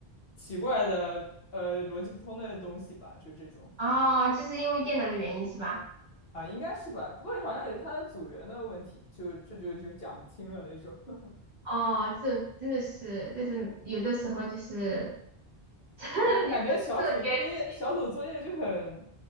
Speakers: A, on the left; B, on the right.
A: 奇怪的呃逻辑不通的东西吧，就这种
B: 哦，就是因为电脑的原因是吧？
A: 啊，应该是吧？不过好像也是他的组员的问题，就这就就讲不清了那种。<laughs>
B: 哦，这种真的是，就是有的时候就是，<laughs> 有的时候觉得因
A: 对，感觉小组作业小组作业就很